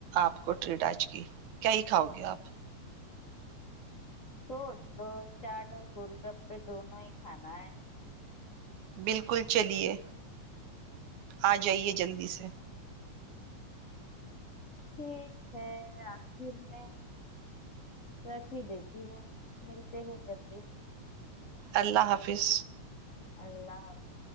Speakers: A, on the right (about 85°); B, on the left (about 85°).
A: آپ کو ٹریٹ آچ کی کیا ہی کھاؤ گے آپ
B: سوچ لو چاٹ اور گول گپے دونوں ہی کھانا ہے
A: بالکل چلیے آ جائیے جلدی سے
B: ہوں آخر میں رکھ ہی دیتی ہو ملتے ہیں جلدی
A: اللہ حافظ
B: اللہف <unintelligible>